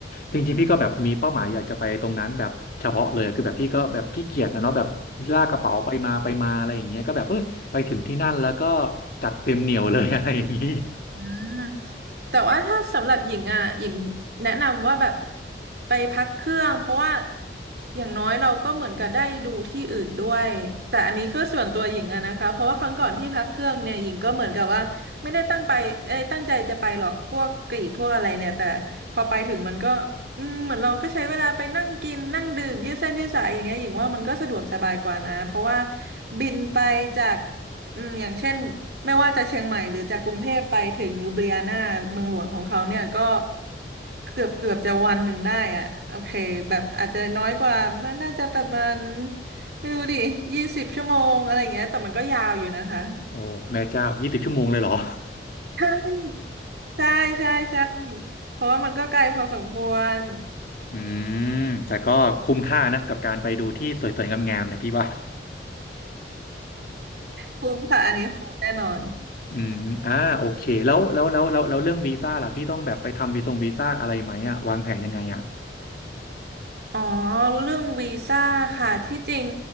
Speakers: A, on the left; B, on the right.
A: จริงๆพี่ก็แบบมีเป้าหมายอยากจะไปตรงนั้นแบบเฉพาะเลยคือแบบพี่ก็แบบขี้เกียจนะเนาะแบบลากกระเป๋าไปมาไปมาอะไรอย่างเงี้ยก็แบบเออไปถึงที่นั่นแล้วก็จัดเต็มเหนียวเลย <laughs> อะไรอย่างงี้
B: อืม แต่ว่าถ้าสำหรับหญิงอ่ะหญิงแนะนำว่าแบบไปพักเครื่องเพราะว่าอย่างน้อยเราก็เหมือนกับได้ดูที่อื่นด้วยแต่อันนี้คือส่วนตัวหญิงอะนะคะเพราะว่าครั้งก่อนที่พักเครื่องเนี่ยหญิงก็เหมือนกับว่าไม่ได้ตั้งไปเอ้ยตั้งใจจะไปหรอกพวกกรีกพวกอะไรเนี่ยแต่พอไปถึงมันก็อืมเหมือนเราก็ใช้เวลาไปนั่งกินนั่งดื่มยืดเส้นยืดสายอย่างเงี้ยหญิงว่ามันก็สะดวกสบายกว่านะเพราะว่าบินไปจากอืมอย่างเช่น ไม่ว่าจะเชียงใหม่หรือจากกรุงเทพไปถึงลูเบียนาเมืองหลวงของเขาเนี่ยก็เกือบเกือบจะวันหนึ่งได้อ่ะโอเคแบบอาจจะน้อยกว่ามันน่าจะประมาณไม่รู้ดิยี่สิบชั่วโมงอะไรอย่างเงี้ยแต่มันก็ยาวอยู่นะคะ
A: โอ้แม่เจ้ายี่สิบชั่วโมงเลยเหรอ
B: ใช่ใช่ใช่ใช่เพราะว่ามันก็ไกลพอสมควร
A: <laughs> อืมแต่ก็คุ้มค่านะกับการไปดูที่สวยๆงามๆเนี่ยพี่ว่า
B: คุ้มค่ะอันนี้คุ้มแน่นอน
A: <laughs> อืมอ่าโอเคแล้วแล้วแล้วแล้วแล้วเรื่องวีซ่าล่ะพี่ต้องแบบไปทำวีซงวีซ่าอะไรไหมอะวางแผนยังไงอะ
B: อ๋อรู้เรื่องวีซ่าค่ะที่จริง